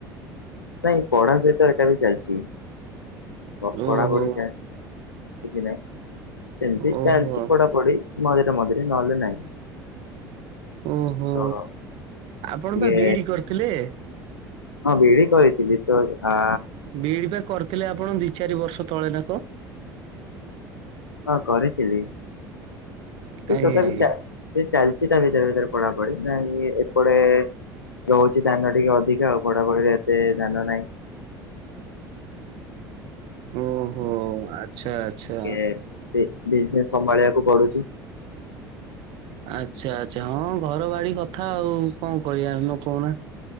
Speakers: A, on the left; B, on the right.
A: ନାଇଁ ପଢା ସହିତ ଏଟା ବି ଚାଲିଛି କପଡା
B: ଓହୋ।
A: ବହିଟା କିଛି ନାହିଁ ସେମିତି
B: ଓହୋ
A: ଚାଲିଛି ପଢାପଢି ମଝିରେ ମଝିରେ ନହେଲେ ନାହିଁ।
B: ଓହୋ
A: ତ
B: ଆପଣ
A: ଟିକେ
B: ପା ବି ଡି କରିଥିଲେ।
A: ହଁ ବି ଡ଼ି କରିଥିଲି ତ ଆ
B: ବି ଡି ପା କରିଥିଲେ ଆପଣ ଦି ଚାରି ବର୍ଷ ତଳେ ନା କଣ?
A: ହଁ କରିଥିଲି ସେ
B: ଆଜ୍ଞା
A: ତଥାପି
B: ଆଜ୍ଞା।
A: ଚା ସେ ଚାଲିଛି ତା ଭିତରେ ଭିତରେ ପଢା ପଢି ନାକି ଏପଡେ ରହୁଛି ଧ୍ୟାନ ଟିକେ ଅଧିକା ଆଉ ପଢାପଢିରେ ଏତେ ଧ୍ୟାନ ନାହିଁ।
B: ଓହୋ ଆଚ୍ଛା! ଆଚ୍ଛା।
A: ଏ ବିଜନେସ୍ ସମ୍ଭାଳିବାକୁ ପଡୁଛି।
B: ଆଚ୍ଛା ଆଚ୍ଛା ହଁ ଘର ବାଡି କଥା ଆଉ କଣ କରିଆ ନ କହୁନା।